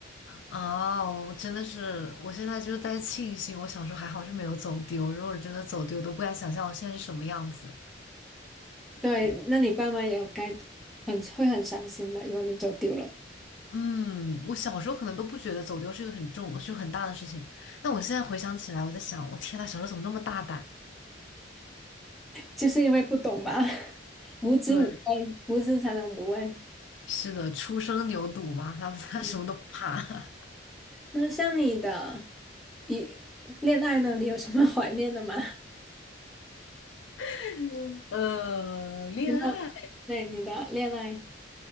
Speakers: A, on the left; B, in the centre.
A: 啊！我真的是，我现在就是在庆幸，我小时候还好是没有走丢。如果真的走丢，我都不敢想象我现在是什么样子。
B: 对，那你爸妈也有该很会很伤心的，如果你走丢了，
A: 嗯，我小时候可能都不觉得走丢是一个很重、就很大的事情。但我现在回想起来，我在想，我天呐，小时候怎么那么大胆？
B: 就是因为不懂吧，<laughs> 无知无畏，
A: 对，
B: 无知才能无畏。
A: <laughs> 是的，初生牛犊嘛，他 <laughs> 他什么都不怕。
B: 嗯那像你的一恋爱呢，你有什么 <laughs> 怀念的吗？
A: <laughs> 呃，恋爱。
B: 有没有对你的恋爱？